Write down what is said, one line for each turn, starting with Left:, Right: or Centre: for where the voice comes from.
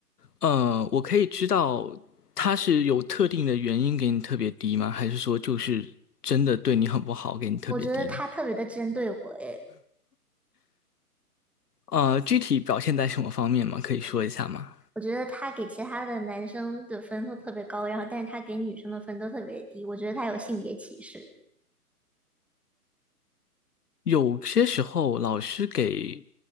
Left: 呃，我可以知道他是有特定的原因给你特别低吗？还是说就是真的对你很不好，给你特别低呢？
Centre: 我觉得他特别的针对我，诶，
Left: 呃，具体表现在什么方面吗？可以说一下吗？
Centre: 我觉得他给其他的男生的分都特别高，然后，但是他给女生的分都特别低，我觉得他有性别歧视。
Left: 有些时候老师给